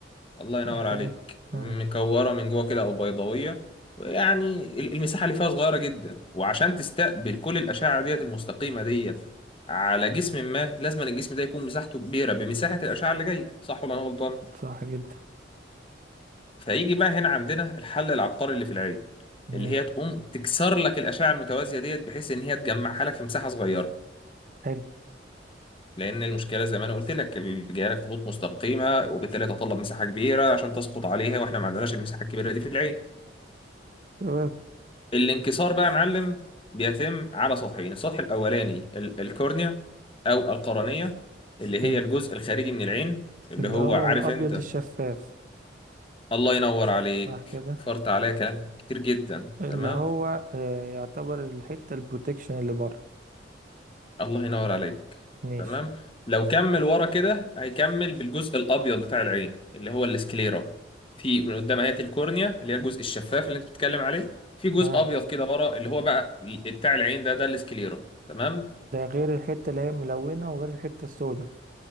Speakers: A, on the left; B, on the right.
A: الله
B: صح
A: ينور عليك
B: كده مم،
A: مكورة من جوه كده أو بيضاوية يعني ال- المساحة اللي فيها صغيرة جدا وعشان تستقبل كل الأشعة ديت المستقيمة ديت على جسم ما لازم الجسم ده يكون مساحته كبيرة بمساحة الأشعة اللي جاية صح ولا أنا غلطان؟
B: صح جدا
A: فيجي بقى هنا عندنا الحل العبقري اللي في العين
B: ماشي
A: اللي هي تقوم تكسر لك الأشعة المتوازية ديت بحيث إن هي تجمعها لك في مساحة صغيرة
B: حلو
A: لأن المشكلة زي ما أنا قلت لك ال- جايه لك خطوط مستقيمة وبالتالي تتطلب مساحة كبيرة عشان تسقط عليها وإحنا ما عندناش المساحة الكبيرة دي في العين
B: تمام
A: الانكسار بقى يا معلم بيتم على سطحين السطح الاولاني ال- الكورنيا او القرنيه اللي هي
B: حلو
A: الجزء الخارجي من العين اللي
B: اللي
A: هو
B: هو
A: عارف
B: الابيض
A: انت
B: الشفاف
A: الله ينور عليك
B: صح كده
A: فرط عليا كلام كتير جدا
B: اللي
A: تمام
B: هو آه، يعتبر الحتة البروتكشن اللي بره
A: الله ينور عليك
B: ماشي
A: تمام لو كمل ورا كده هيكمل بالجزء الابيض بتاع العين اللي هو السكليرا في من قدام اهي الكورنيا اللي هي الجزء الشفاف اللي انت بتتكلم عليه في جزء
B: تمام
A: ابيض كده ورا اللي هو بقى ال- بتاع العين ده ده السكليرا تمام
B: ده غير الحتة اللي هي ملونة وغير الحتة السوداء